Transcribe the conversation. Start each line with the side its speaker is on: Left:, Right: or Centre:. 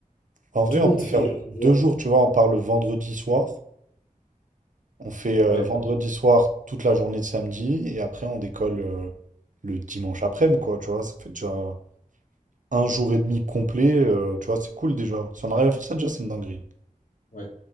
Right: En
Left: Et
Right: vrai,
Left: tout le
Right: on
Left: monde
Right: peut
Left: fait,
Right: faire
Left: genre,
Right: deux
Left: tu vois.
Right: jours, tu vois, on part le vendredi soir. On fait euh,
Left: Ouais.
Right: vendredi soir toute la journée de samedi et après on décolle euh, le dimanche après-midi, quoi, tu vois. Ça fait déjà un jour et demi complet, euh, tu vois, c'est cool déjà. Si on arrive à faire ça déjà, c'est une dinguerie.
Left: Ouais.